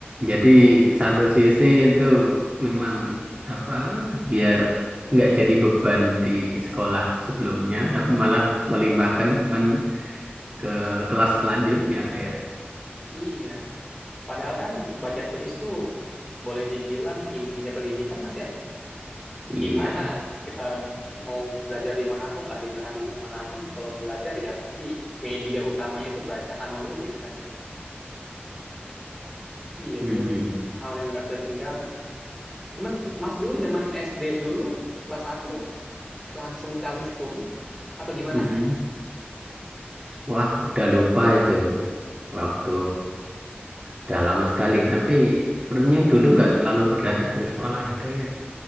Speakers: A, on the right; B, in the centre.
A: Jadi satu sisi itu memang apa biar nggak jadi beban di sekolah sebelumnya, tapi malah melimpahkan beban ke kelas selanjutnya ya.
B: Iya. Padahal kan baca tulis tuh boleh dibilang intinya pendidikan mas ya.
A: Iya.
B: Gimana kita mau belajar dimanapun lah di belahan dunia manapun, kalau belajar ya pasti media utamanya tuh baca sama nulis kan. gitu. Iya,
A: Mm-mm.
B: dua itu hal yang nggak bisa tinggalkan. Temen, Mas dulu zaman SD dulu kelas satu langsung calistung atau gimana,
A: Mm-mm.
B: Mas?
A: Wah, udah lupa itu waktu udah lama sekali. Tapi sepertinya dulu nggak terlalu berat itu sekolah itu ya.